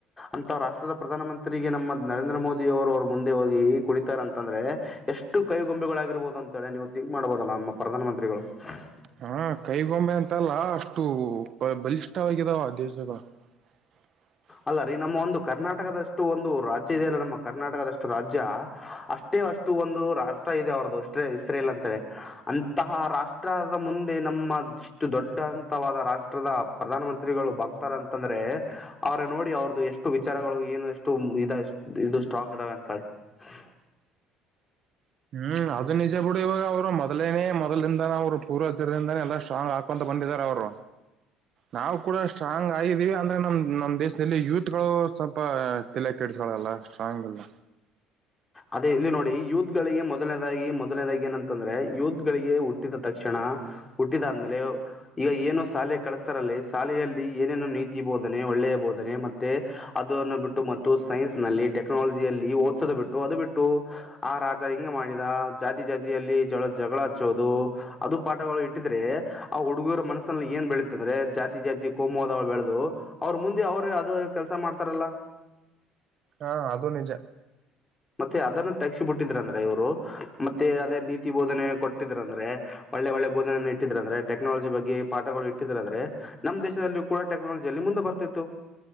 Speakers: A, on the left; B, on the right.
A: ಅಂತ ರಾಷ್ಟ್ರದ ಪ್ರಧಾನಮಂತ್ರಿಗೆ ನಮ್ಮ ನರೇಂದ್ರ ಮೋದಿ ಅವರು ಅವರು ಮುಂದೆ ಹೋಗಿ ಕುಣಿತಾರ ಅಂತಂದ್ರೆ ಎಷ್ಟು ಎಷ್ಟು ಕೈ ಗೊಂಬಿಗಳಾಗಿರ್ಬಹುದು ಅಂತೇಳಿ ನೀವು ತಿಂಕ್ ಮಾಡ್ಬೋದಲ್ಲ ನಮ್ಮ ಪ್ರಧಾನಮಂತ್ರಿಗಳು ಹ್ಹು
B: ಹಾ ಕೈಗೊಂಬೆ ಅಂತಲ್ಲ ಅಷ್ಟು ಬಲಿಷ್ಠವಾಗಿದಾವ ದೇಶಗಳು ಹು ಹಜ್
A: ಅಲ್ಲ ರೀ ನಮ್ಮ ಒಂದು ಕರ್ನಾಟಕದಷ್ಟು ಒಂದು ರಾಜ್ಯ ಇದೆಯಲ್ಲ ನಮ್ಮ ಕರ್ನಾಟಕದಷ್ಟು ರಾಜ್ಯ ಹಅ ಅಷ್ಟೇ ಅಷ್ಟು ಒಂದು ರಾಷ್ಟ್ರ ಇದೆ ಅವರದ್ದು ಇಷ್ಟೇ ಇಸ್ರೇಲ್ ಅಂತೇಳೆ ಹ್ಹ ಅಂತಹ ರಾಷ್ಟ್ರದ ಮುಂದೆ ನಮ್ಮ ಇಷ್ಟು ದೊಡ್ಡಂತವಾದ ರಾಷ್ಟ್ರದ ಪ್ರಧಾನಮಂತ್ರಿ ಗಳು ಬಗ್ಗತಾರಂತಂದ್ರೆ ಅವ್ರ ನೋಡಿ ಅವರದು ಎಷ್ಟು ವಿಚಾರಗಳು ಏನು ಎಷ್ಟು ಇದ ಇದು ಸ್ಟ್ರಾಂಗ್ ಇದಾವ ಅಂತೇಳಿ ಹ್ಹು
B: <inaudible> ಹು ಅದು ನಿಜ ಬಿಡು ಇವಾಗ ಅವ್ರ ಮೊದಲೇನೆ ಮೊದ್ಲಿಂದಾನ ಅವ್ರ ಪೂರ್ವಜರದಿಂದಾನನೆ ಎಲ್ಲ ಸ್ಟ್ರಾಂಗ್ ಹಾಕೊಂತ ಬಂದಿದಾರೆ ಅವರು ನಾವು ಕೂಡ ಸ್ಟ್ರಾಂಗ್ ಆಗಿದ್ದೀವಿ ಅಂದ್ರೆ ನಮ್ಮ ನಮ್ಮ ದೇಶದಲ್ಲಿ ಯೂತ್ ಗಳು ಸ್ವಲ್ಪ ತೆಲೆಕೆಟ್ಟ ಇವಳಲ್ಲ ಸ್ಟ್ರಾಂಗಲ್ಲ
A: ಅದೇ ಇಲ್ಲಿ ನೋಡಿ ಯೂತ್ ಗಳಿಗೆ ಮೊದಲನೇದಾಗಿ ಮೊದಲನೇದಾಗಿ ಏನಂತಂದ್ರೆ ಯೂತ್ ಗಳಿಗೆ ಹುಟ್ಟಿದ ತಕ್ಷಣಾ ಆ ಹುಟ್ಟಿದಾದ್ಮೇಲೆ ಯೂ ಈಗ ಏನು ಶಾಲೆ ಕಳಸ್ತಾರಲ್ಲ ಶಾಲೆಯಲ್ಲಿ ಏನೇನು ನೀತಿ ಬೋಧನೆ ಒಳ್ಳೆಯ ಬೋಧನೆ ಮತ್ತೆ ಅದು ಅನ್ನು ಬಿಟ್ಟು ಮತ್ತು ಸೈನ್ಸ್ ನಲ್ಲಿ ಟೆಕ್ನಾಲಜಿಯಲ್ಲಿ ಓತ್ಸದ ಬಿಟ್ಟು ಅದು ಬಿಟ್ಟು ಆ ರಾಜ ಹಿಂಗೆ ಮಾಡಿದ ಜಾತಿ ಜಾತಿಯಲ್ಲಿ ಜಗ ಜಗಳ ಹಚ್ಚೋದು ಅದು ಒಂದು ಪಾಠಗಳು ಇಟ್ಟಿದ್ರೆ ಆ ಹುಡುಗುರು ಮನಸ್ಸಲ್ಲಿ ಏನ್ ಬೆಳೀತ ಅಂದ್ರೆ ಜಾತಿ ಜಾತಿ ಕೋಮುವಾದಗಳು ಬೆಳೆದು ಅವ್ರ ಮುಂದೆ ಅವ್ರು ಅದು ಕೆಲ್ಸ ಮಾಡ್ತಾರಲ್ಲ
B: ಹಾ ಅದು ನಿಜ
A: ಮತ್ತೆ ಅದನ್ನು ತಗಸಿ ಬಿಟ್ಟಿದ್ರಂದ್ರೆ ಇವ್ರು ಮತ್ತೆ ಅದೇ ನೀತಿ ಬೋಧನೆ ಕೊಟ್ಟಿದ್ರಂದ್ರೆ ಹ್ಹ ಒಳ್ಳೆ ಒಳ್ಳೆ ಬೋಧನೆಯನ ಇಟ್ಟಿದ್ರಂದ್ರೆ ಟೆಕ್ನಾಲಜಿ ಬಗ್ಗೆ ಪಾಠಗಳು ಇಟ್ಟಿದಂದ್ರೆ ನಮ್ಮ ದೇಶದಲ್ಲೂ ಕೂಡ ಟೆಕ್ನಾಲಜಿಯಲ್ಲಿ ಮುಂದ ಮುಂದ ಬರ್ತಿತ್ತು